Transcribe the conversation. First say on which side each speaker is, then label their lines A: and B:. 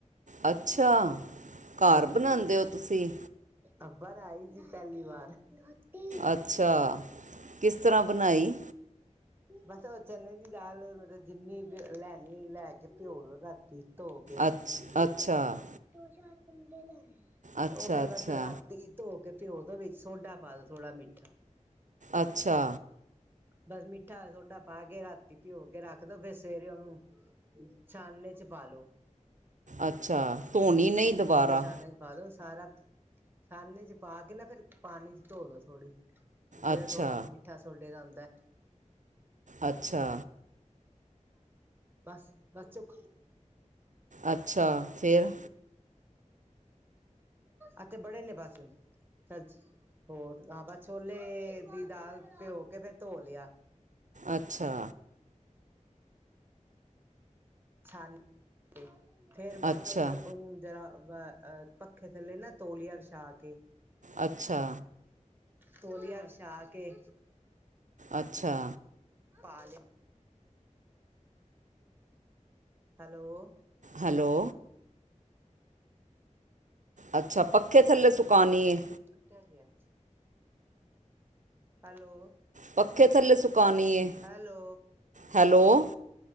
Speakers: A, on the right (about 75°); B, on the right (about 15°).
A: ਅੱਛਾ ਘਰ
B: ਹਾਂਜੀ।
A: ਬਣਾਉਂਦੇ ਹੋ ਤੁਸੀਂ
B: ਅੱਬਰ ਆਈ ਸੀ ਪੇਲੀ ਵਾਰ ਦਾਦੀ।
A: ਅੱਛਾ। ਕਿਸ ਤਰਾਂ ਬਨਾਈ?
B: ਬਸ ਓ ਚਨੇ ਦੀ ਦਾਲ ਮਤਲ ਜਿੰਨੀ ਲੈਨੀ ਲੈ ਕੇ ਪਿਓ ਲਓ ਰਾ ਤੋ ਕੇ ਦਾਦੀ
A: ਅੱਛ ਅੱਛਾ
B: ਦੋ ਚਾਰ ਬੰਦੇ ਲੈਨੇ ਆ।
A: ਅੱਛਾ
B: ਓ ਫੇਰ
A: ਅੱਛਾ
B: ਬਸ ਰਾਤੀ ਧੋ ਕੇ ਪਿਓ ਦੋ ਵਿੱਚ ਸੋਡਾ ਪਾ ਦੋ ਥੋੜਾ ਮਿੱਠਾ।
A: ਅੱਛਾ।
B: ਬਸ ਮਿੱਠਾ ਸੋਡਾ ਪਾ ਕੇ ਰਾਤੀ ਪਿਓ ਕੇ ਰੱਖਦੋ ਫੇਰ ਸਵੇਰੇ ਔਨੂੰ ਛਾਨਨੇ ਚ ਪਾ ਲੋ।
A: ਅੱਛਾ। ਧੋਨੀ ਨਈ
B: ਸਟੀਲ
A: ਦੁਬਾਰਾ?
B: ਦੇ ਛਾਨਣੇ ਚ ਪਾ ਦੋ ਸਾਰਾ ਛਾਨਨੇ ਚ ਪਾ ਕੇ ਨਾ ਫੇਰ ਪਾਨੀ ਚ ਧੋਲੋ ਥੋੜੀ। ਜੇੜਾ
A: ਅੱਛਾ
B: ਥੋੜਾ ਮਿੱਠਾ ਸੋਡੇ ਦਾ ਹੁੰਦਾ ਐ।
A: ਅੱਛਾ।
B: ਬਸ ਬਸ ਚੁਕ।
A: ਅੱਛਾ। ਫੇਰ?
B: ਅੱਥੇ ਬੜੇ ਨੇ ਬਸ ਚੱਲ। ਹੋਰ ਆਹ ਬਸ ਛੋਲੇ ਦੀ ਦਾਲ ਭੇਂਓ ਕੇ ਫੇਰ ਧੋ ਲੇਆ।
A: ਅੱਛਾ।
B: ਛਾਨ ਕੇ। ਫੇਰ ਬਸ
A: ਅੱਛਾ
B: ਓ ਔਨੂੰ ਜਰਾ ਅ ਅ ਪੱਖੇ ਥੱਲੇ ਨਾ ਤੌਲੀਆ ਵਿਛਾ ਕੇ
A: ਅੱਛਾ।
B: ਤੋਲੀਆ ਵਿਛਾ ਕੇ।
A: ਅੱਛਾ।
B: ਪਾਲੇਆ। ਹੈਲੋ।
A: ਹੈਲੋ। ਅੱਛਾ ਪੱਖੇ ਥੱਲੇ ਸੁਕਾਨੀ ਏ?
B: ਕੱਟਿਆ ਗਿਐ। ਹੈਲੋ।
A: ਪੱਖੇ ਥੱਲੇ ਸੁਕਾਨੀ ਏ।
B: Hello
A: hello.